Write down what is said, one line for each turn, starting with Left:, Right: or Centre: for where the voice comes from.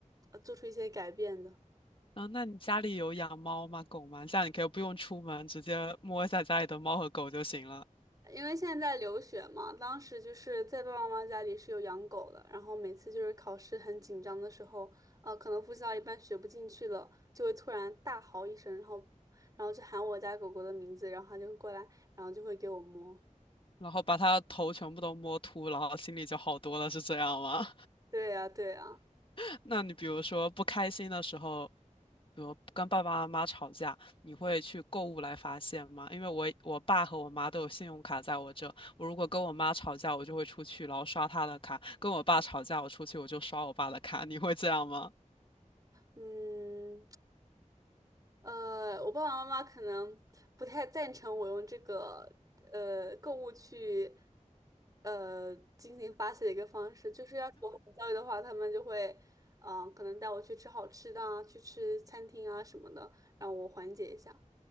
Right: 呃做出一些改变的。
Left: 啊，那你家里有养猫吗？狗吗？这样你可以不用出门，直接摸一下家里的猫和狗就行了，
Right: 因为现在在留学嘛，当时就是在爸爸妈妈家里是有养狗的，然后每次就是考试很紧张的时候，呃，可能复习到一半学不进去了，就会突然大嚎一声，然后，然后就喊我家狗狗的名字，然后它就会过来，然后就会给我摸。
Left: 然后把它头全部都摸秃，然后心里就好多了，是这样吗？
Right: 对呀，对呀，
Left: <laughs> 那你比如说不开心的时候，比如跟爸爸妈妈吵架，你会去购物来发泄吗？因为我我爸和我妈都有信用卡在我这，我如果跟我妈吵架，我就会出去，然后刷她的卡；跟我爸吵架，我出去我就刷我爸的卡。你会这样吗？
Right: 嗯，呃，我爸爸妈妈可能不太赞成我用这个呃购物去呃进行发泄的一个方式，就是要是我很焦虑的话，他们就会嗯、呃可能带我去吃好吃的啊，去吃餐厅啊什么的，让我缓解一下，